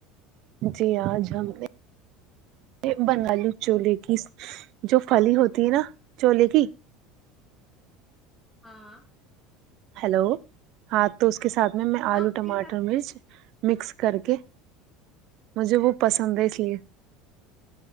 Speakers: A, on the right; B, in the centre.
A: جی آج ہم نے ا یک بنگالی چھولے کی جو پھلی ہوتی ہے نا چھولے کی
B: ہاں
A: ہیلو ہاں تو اس کے ساتھ میں میں
B: ہاں
A: آلو
B: نہیں
A: ٹماٹر
B: آپ
A: مرچ مسک کر کے مجھے وہ پسند ہے اس لیے